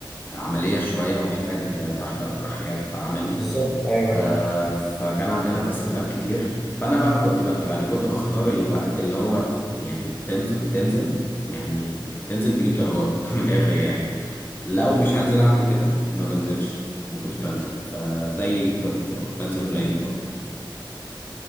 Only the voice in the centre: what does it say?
بالظبط ايوه ايوه